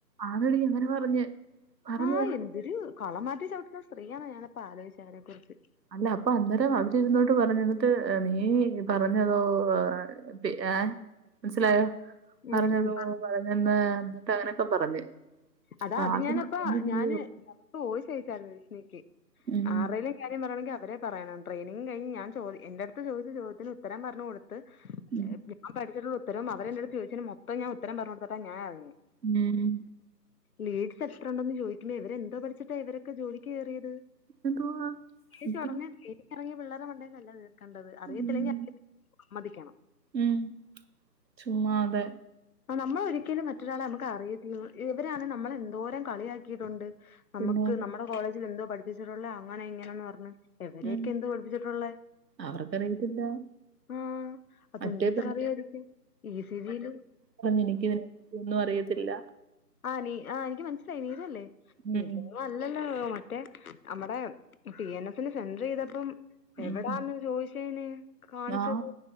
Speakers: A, on the right; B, on the left.
A: ആണടീ അങ്ങനെ പറഞ്ഞ് പറഞ്ഞ്
B: ആഹ് എന്തൊരു കളം മാറ്റി ചവിട്ട്ന്ന സ്ത്രീയാണ് ഞാനപ്പ ആലോയ്ച്ച്അതിനെ കുറിച്ച്
A: അല്ല അപ്പൊ അന്നേരം അവരിരുന്നോട്ട് പറഞ്ഞുന്നിട്ട് നീ പറഞ്ഞതോ പി ഏഹ് മനസിലായോ പറഞ്ഞതോ
B: ഉം ഉം
A: പറഞ്ഞന്ന് അന്നിട്ട് അങ്ങനെക്കെ പറഞ്ഞ്
B: അതാ
A: അപ്പൊ
B: അത്
A: ആദ്യം
B: ഞാനിപ്പ
A: പറഞ്ഞിരുന്നു.
B: ഞാന് ലവക്ക് വോയിസയിച്ചായിരുന്നു വിഷ്ണക്ക്
A: ഉം.
B: ആറേല് കാര്യംപറയണെങ്കിൽ അവരെ പറയണം ട്രെനിങ് കഴിഞ് ഞാ ചോദ് എന്റെഅട്ത്ത് ചോദിച്ച ചോദ്യത്തിന് ഉത്തരം പറഞ്ഞ് കൊട് ത്ത്
A: ഉം.
B: ഞാൻ പഠിച്ചിട്ടുള്ള ഉത്തരവും അവരെ എന്നോട് ചോയ്ച്ചീന് മൊത്തം ഞാൻ ഉത്തരം പറഞ്ഞു കൊടുത്ത്ട്ടാ ഞാൻ എറങ്ങ്യ
A: ഉം
B: ലീഡ്സ് എത്ര ഉണ്ടെന്ന് ചോദിയ്ക്കുന്നെ ഇവരെന്തോ പഠിച്ചിട്ട ഇവരൊക്കെ ജോലിക്ക് കയറിയത്
A: എന്തുവാ?
B: ച്ച
A: സത്യം.
B: ഉടനെേ ഇറങ്ങിയ പിള്ളേരു മണ്ടേലല്ല കേറുന്നത് കണ്ടത് അറിയത്തില്ലെങ്കിൽ
A: ഉം.
B: അറിയില്ല സമ്മതിക്കണം
A: ഉം ചുമ്മാതെ
B: ആഹ് നമ്മൾ ഒരിക്കലും മറ്റൊരാളെ നമുക്ക് അറിയല്ല ഇവരാണേ നമ്മളെന്തോരം കളിയാക്കിയിട്ടുണ്ട് നമുക്ക്
A: പിന്നെ
B: നമ്മുടെ കോളേജിൽ എന്തോ പഠിപ്പിച്ചിട്ടുള്ളത് അങ്ങനെ ഇങ്ങനെന്ന് പറഞ്ഞ് എവരൊക്കെ
A: ഉം.
B: എന്ത് പഠിപ്പിച്ചിട്ടുള്ള
A: അവർക്കറിയത്തില്ല.
B: ആഹ് അതെന്തു
A: മറ്റേ
B: ഇത്ര
A: പെണ്ണ്
B: അറിയാതിരിക്കാൻ ഇ സി ജില്
A: പറഞ്ഞ് എനിക്ക് ഇതിനത് ഒന്നും അറിയത്തില്ല
B: ആഹ് നീ ആഹ് എനിക്ക് മനസ്സിലായി നീതു അല്ലേ
A: ഉം
B: അല്ലല്ലോ മോളെ മറ്റേ നമ്മടെ പി എൻ എസ്ന് സെന്റർ ചെയ്തപ്പം എവിടാന്ന്
A: ഉം ഉം
B: ചോദിച്ചേന് കാണിച്ചത്
A: ആഹ്